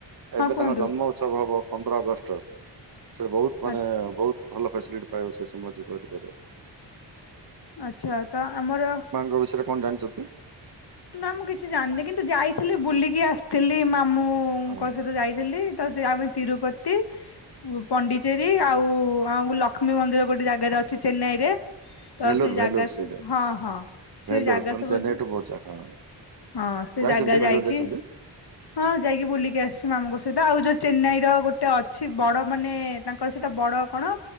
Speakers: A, on the right (about 50°); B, on the left (about 60°).
A: ଏବେ
B: ହଁ
A: ତାଙ୍କ
B: କୁହନ୍ତୁ
A: ଜନ୍ମ ଉତ୍ସବ ହବ ପନ୍ଦର ଅଗଷ୍ଟ ସେଟା ବହୁତ ମାନେ
B: ଆଚ୍ଛା।
A: ବହୁତ ଭଲ ଫାସିଲିଟି ପାଇବା ସେ ସମୟରେ ଯୋଗାଯୋଗ କଲେ।
B: ଆଚ୍ଛା ତ ଆମର
A: ତାଙ୍କ ବିଷୟରେ କଣ ଜାଣିଛ କି?
B: ନା ମୁଁ କିଛି ଜାଣିନି କିନ୍ତୁ ଯାଇଥିଲି ବୁଲିକି ଆସିଥିଲି ମାମୁଁଙ୍କ
A: ହଁ,
B: ସହିତ ଯାଇଥିଲି। ତା ଥିରେ ଆମେ ତିରୁପତି ପଣ୍ଡିଚେରୀ ଆଉ ଆଉ ଲକ୍ଷ୍ମୀ ମନ୍ଦିର ଗୋଟେ ଜାଗାରେ ଅଛି ଚେନ୍ନାଇ ରେ। ତ
A: ଭେଲୁର
B: ସେ
A: ଭେଲୁର
B: ଜାଗା
A: ସେଇଟା
B: ସ ହଁ ହଁ
A: ଭେଲୁର
B: ସେ ଜାଗା
A: ମାନେ
B: ସବୁ
A: ଚେନ୍ନାଇଠୁ ବହୁତ ଜାଗା ହଁ।
B: ହଁ ସେ
A: ଯାଇଛନ୍ତି
B: ଜାଗା ଯାଇକି
A: ଭେଲୁର ଯାଇଛନ୍ତି?
B: ହଁ ଯାଇକି ବୁଲିକି ଆସି ମାମୁଁଙ୍କ ସହି ସେଇଟା ଆଉ ଯୋଉ ଚେନ୍ନାଇ ର ଗୋଟେ ଅଛି ବଡ଼ ମାନେ ତାଙ୍କର ସେଇଟା ବଡ଼ କଣ